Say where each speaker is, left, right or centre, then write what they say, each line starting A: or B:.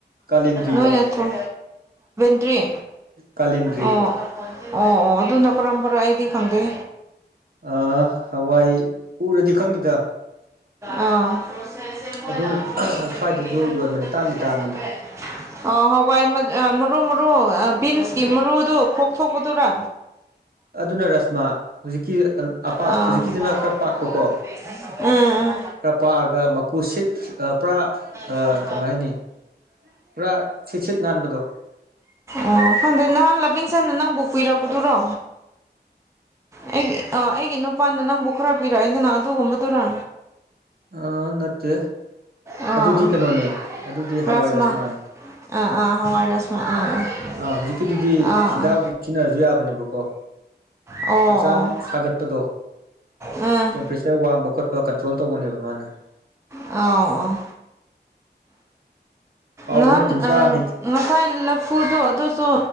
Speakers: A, on the right; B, on the right.
A: ꯀꯥꯂꯦꯟꯗ꯭ꯔꯤꯗꯣ
B: ꯅꯣꯏ ꯅꯠꯇꯔꯣ <unintelligible> ꯀꯔꯤ
A: ꯀꯥꯂꯦꯟꯗ꯭ꯔꯤ
B: ꯑꯣ ꯑꯣ ꯑꯣ ꯑꯗꯨꯅ ꯀꯔꯝꯕꯔ ꯑꯩꯗꯤ ꯈꯪꯗꯦ
A: ꯑ ꯍꯋꯥꯏ ꯎꯔꯗꯤ ꯈꯪꯅꯤꯗ
B: ꯑꯥ ꯄꯔ‌ꯣꯁ‌ꯦꯁ ꯃ‌ꯣꯏꯅ
A: ꯑꯗꯨꯝ
B: ꯃ‌ꯣꯏꯒꯤ <unintelligible>
A: ꯁ꯭ꯋꯥꯏꯗꯁꯨ ꯌꯣꯟꯕꯅꯦ
B: ꯄꯔ‌ꯣꯁ‌ꯦꯁ
A: ꯇꯥꯡꯗꯤ ꯇꯥꯡꯕꯅꯦ
B: ꯇ‌ꯧꯋ‌ꯦ <unintelligible> ꯑꯥ ꯍꯋꯥꯏ ꯃꯠ ꯑꯥ ꯃꯔꯨ ꯃꯔꯨ ꯑꯥ ꯕꯤꯟꯁꯀꯤ ꯃꯔꯨꯗꯨ ꯈ‌ꯣꯛꯊꯣꯛꯄꯗꯨꯔꯥ
A: ꯑꯗꯨꯅ ꯔꯁꯃꯥ ꯍꯨꯖꯤꯛꯀꯤ ꯑꯄꯥꯛ
B: ꯑꯥ
A: ꯍꯨꯖꯤꯛꯀꯤꯖꯤꯅ
B: ꯑꯥ, ꯑꯃꯨꯛꯀ
A: ꯈ ꯄꯥꯛꯄꯀꯣ
B: ꯇꯧꯋꯦ ꯎꯝ ꯎꯝ
A: ꯈꯔ ꯄꯥꯛ ꯑꯒ ꯃꯀꯨ ꯁꯤꯠ ꯑꯥ ꯄꯨꯔꯥ
B: <unintelligible>
A: ꯀꯃꯥꯏ ꯍꯥꯏꯅꯤ ꯄꯨꯔꯥ ꯁꯤꯠ ꯁꯤꯠ ꯅꯥꯟꯕꯗꯣ
B: ꯑꯣ ꯈꯪꯗꯦ ꯅꯍꯥꯟ ꯂꯕꯤꯡꯁꯟꯅ ꯅꯪꯕꯨ ꯀꯨꯏꯔꯛ ꯄꯗꯨꯔꯣ ꯑꯩꯒꯤ ꯑꯥ ꯑꯩꯒꯤ ꯅꯨꯄꯥꯅ ꯅꯪꯕꯨ ꯈꯔ ꯄꯤꯔ ꯑ‌ꯦꯗꯅ ꯑꯗꯨꯒꯨꯝꯕꯗꯨꯔꯥ
A: ꯑꯥ ꯅꯠꯇꯦ
B: ꯑꯥ ꯑꯥ
A: ꯑꯗꯨꯗꯤ ꯀꯅꯣꯅꯦ ꯑꯗꯨꯗꯤ ꯍꯋꯥꯏ
B: ꯔꯥꯁꯃꯥ
A: ꯔꯁꯃꯥꯅꯦ
B: ꯑꯥ ꯑꯥ ꯍꯋꯥꯏ ꯔꯥꯁꯃꯥ ꯑꯥ ꯑꯥ
A: ꯑꯥ ꯍꯨꯖꯤꯛꯀꯤꯗꯨꯗꯤ
B: ꯑꯥ
A: ꯍꯤꯗꯥꯛ ꯑꯣꯏꯅ ꯁꯤꯟꯅꯔꯖꯨ ꯌꯥꯕꯅꯦꯕꯀꯣ
B: ꯑꯣ
A: ꯍꯛꯆꯥꯡ
B: ꯑꯣ
A: ꯁꯥꯒꯠꯄꯗꯣ
B: ꯑꯥ
A: ꯇꯦꯝꯄꯔꯦ ꯆ ꯋꯥꯡꯕ ꯈꯣꯠꯄ ꯀꯟꯇ꯭ꯔꯣꯜ ꯇꯧꯕꯅꯦꯕ ꯃꯥꯅ
B: ꯑꯧ ꯑꯧ
A: ꯍꯥꯎꯕꯅꯦ
B: ꯅꯝ
A: ꯑꯗꯨꯝ ꯆꯥ
B: ꯑꯥ
A: ꯍꯩꯗꯤ
B: ꯉꯁꯥꯢ ꯂꯐꯨꯗꯣ ꯗꯨꯁꯨ